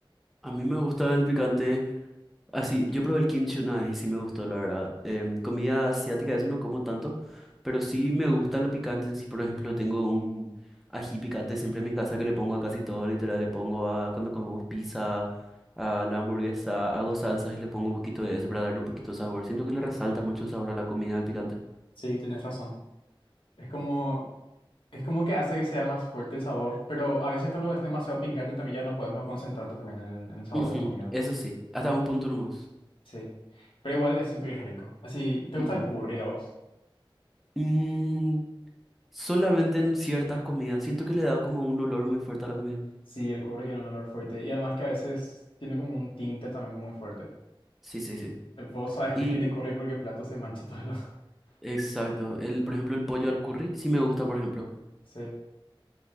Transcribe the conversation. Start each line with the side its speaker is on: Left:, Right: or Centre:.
Centre: a mí me gusta el picante. Así, yo probé el kimchi una vez y sí me gustó, la verdad. Em, comida asiática, eso no como tanto, pero sí me gusta lo picante. en Sí, por ejemplo, tengo un ají picante siempre en mi casa que le pongo a casi todo, literal. Le pongo a cuando comemos pizza, a la hamburguesa, hago salsas y le pongo un poquito de ese para darle un poquito de sabor. Siento que le resalta mucho el sabor a la comida, el picante.
Left: Sí, tenés razón. Es como Es como que hace que sea más fuerte el sabor, pero a veces cuando es demasiado picante también ya no puedes más concentrarte también en el, en el sabor
Centre: Ujú,
Left: de la comida.
Centre: Eso sí, hasta un punto nomás.
Left: Sí. Pero igual eh, siento que es rico. Así, ¿te
Centre: Ujú.
Left: gusta el curry a vos?
Centre: Mm, solamente en ciertas comidas. Siento que le da como un olor muy fuerte a la comida.
Left: Sí, el curry tiene un olor fuerte y además que a veces tiene como un tinte también muy fuerte.
Centre: Sí, sí, sí.
Left: Eh, Vos sabes
Centre: Y
Left: que tiene curry porque el plato se mancha todo. Lo... <laughs>
Centre: exacto. El, por ejemplo, el pollo al curry sí me gusta, por ejemplo.
Left: Sí.